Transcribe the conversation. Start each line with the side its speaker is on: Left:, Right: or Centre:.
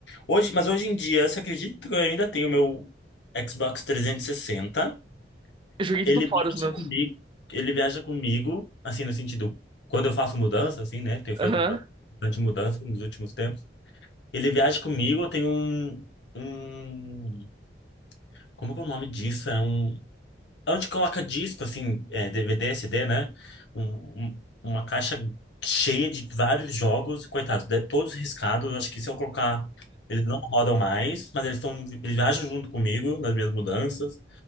Left: Hoje, mas hoje em dia, você acredita que eu ainda tenho meu Xbox 360.
Right: Eu joguei
Left: Ele
Right: tudo fora
Left: viaja
Right: os meus.
Left: comigo. Ele viaja comigo, assim, no sentido, quando eu faço mudança, assim, né? Tenho feito
Right: Aham.
Left: ba- bastante mudança nos últimos tempos. Ele viaja comigo, eu tenho um. um... Como que é o nome disso? É um. onde coloca disco, assim, é, DVD, CD, né? Um- um- uma caixa cheia de vários jogos, coitados, de- todos riscados. Acho que se eu colocar, eles não rodam mais, mas eles estão, eles viajam junto comigo nas minhas mudanças.